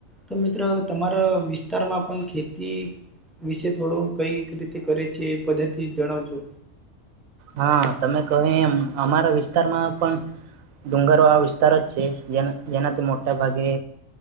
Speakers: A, in the centre; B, on the right (about 75°).
A: તો મિત્રો તમારા વિસ્તારમાં પણ ખેતી વિશે થોડું કઈ ક રીતે કરે છે એ પદ્ધતિ જણાવજો.
B: હા તમે કહેએમ અમારા વિસ્ વિસ્તારમાં પણ ડુંગર આ વિસ્તાર જ છે જે જેનાથી મોટા ભાગે